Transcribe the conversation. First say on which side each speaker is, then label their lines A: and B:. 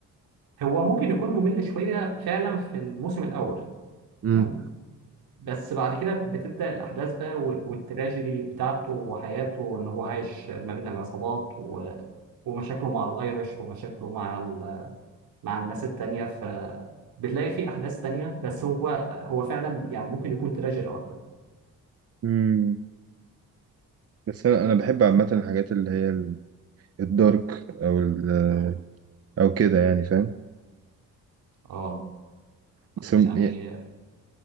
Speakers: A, on the right; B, on the right.
A: هو ممكن يكون ممل شويه فعلا في الموسم الاول
B: امم
A: تمام بس بعد كده بتبدا الاحداث بقى وال- والتراجيدي بتاعته وحياته ان هو عايش ما بين العصابات و- ومشاكله مع الايرش ومشاكله مع مع الناس التانية ف بتلاقي في أحداث تانية بس هو هو فعلا يعني ممكن يكون تراجيدي أكتر
B: امم بس انا انا بحب عامه الحاجات اللي هي ال- الدارك او ال- او كده يعني فاهم
A: اه
B: بس
A: يعني
B: م-